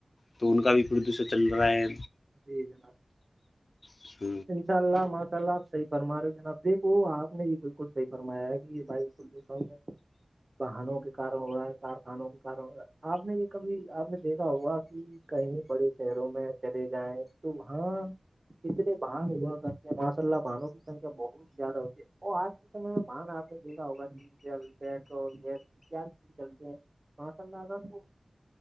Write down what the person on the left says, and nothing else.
تو ان کا بھی پردوشن چل رہا ہے
س